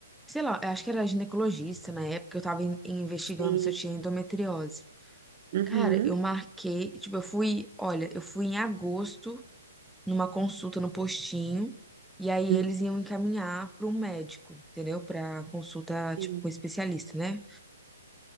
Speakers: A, in the centre; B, on the right.
A: sei lá, eu acho que era ginecologista na época, eu tava in- investigando
B: Sim.
A: se eu tinha endometriose.
B: Uhum.
A: Cara, eu marquei, tipo, eu fui, olha, eu fui em agosto numa consulta no postinho, e aí
B: uhum,
A: eles iam encaminhar para um médico, entendeu? Para consulta,
B: Sim,
A: tipo, com um especialista, né?